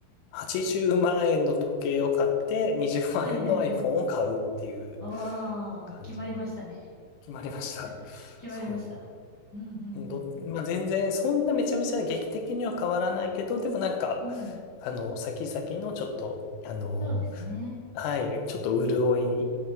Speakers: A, on the left (about 85°); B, on the left (about 40°).
A: 80万円の時計を買って、20万円の
B: はいはいはい。
A: iPhone を買うっていう
B: おー、
A: 感じで
B: 決まりましたね。
A: 決まりました。
B: <laughs> 決まりました。
A: そ
B: うんうんうん
A: う。もうど、まあ、全然、そんなめちゃめちゃ劇的には変わらないけど、でもなんか、
B: うん。うん。
A: あの、先々のちょっと、あの、
B: そうですね。
A: はい、ちょっと潤い